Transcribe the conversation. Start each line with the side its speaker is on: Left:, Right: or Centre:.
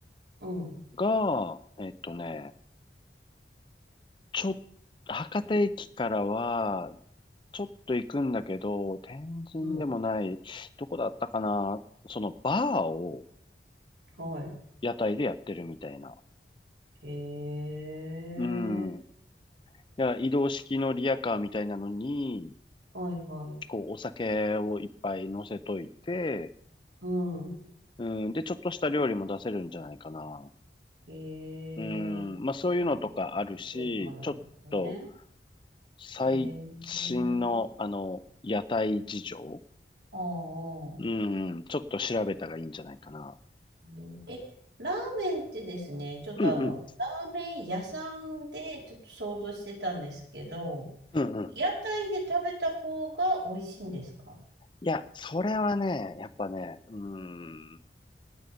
Right: うん。
Left: が、えっとね、ちょ、博多駅からは、ちょっと行くんだけど、天神でもない、
Right: うん。
Left: どこだったかなそのバーを
Right: はい。
Left: 屋台でやってるみたいな。
Right: え
Left: うん。
Right: え
Left: いや、移動式のリヤカーみたいなのに、
Right: はいはい。
Left: こう、お酒をいっぱい乗せといて、
Right: うん。
Left: うん、で、ちょっとした料理も出せるんじゃないかな。
Right: え
Left: うん、
Right: え
Left: まあそういうのとかあるし、
Right: そういうところもあるんですね。
Left: ちょっと最新のあの、
Right: ええ
Left: 屋台事情
Right: ああ。
Left: うん、
Right: ああ
Left: ちょっと調べたらいいんじゃないかな。
Right: ねえ、ラーメンってですね、ちょっとあの、
Left: うんうん。
Right: ラーメン屋さんでちょっと想像してたんですけど、
Left: うんうん。
Right: 屋台で食べた方が美味しいんですか
Left: いや、それはね、やっぱね、うーん、